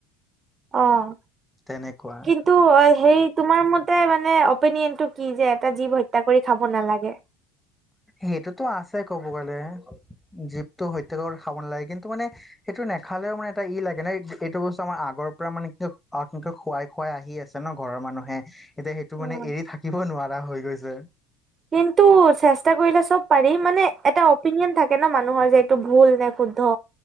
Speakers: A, on the right; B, in the centre.
A: অঁ
B: তেনেকুৱা
A: কিন্তু হেৰি তোমাৰ মতে মানে অপিনিয়ন টো কি যে এটা জীৱ হত্যা কৰি খাব নালাগে
B: সেইটোতো আছে কব গ'লে জীপটো সত্যাক খাব নালাগে কিন্তু মানে সেইটো নেখালেও মানে এটা ই লাগে ন এইটো বস্তু আমাৰ আগৰ পৰা মানে কি অে খুৱাই খুৱাই আহি আছে ন ঘৰৰ মানুহে এতিয়া সেইটো
A: উম।
B: মানে এৰি থাকিব নোৱাৰা হৈ গৈছে যে
A: কিন্তু চেষ্টা কৰিলে চব পাৰি মানে এটা অপিনিয়ন থাক কনো মানুহৰ যে এইটো ভুল নে শুদ্ধ